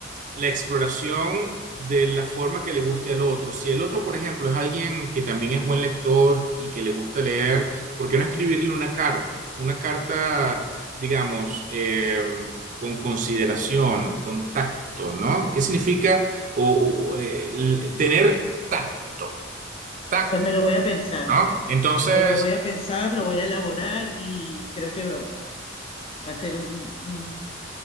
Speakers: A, on the right; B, on the left.
A: la exploración de la forma que le guste al otro. Si el otro, por ejemplo, es alguien que también es buen lector y que le gusta leer, ¿por qué no escribirle una carta? Una carta, digamos, eh, con consideración, con tacto, ¿no? ¿Qué significa o- o- eh, l- tener tacto? Tacto,
B: pues me lo voy a pensar,
A: ¿no? Entonces,
B: me lo voy a pensar, lo voy a elaborar y creo que va, va a ser un, un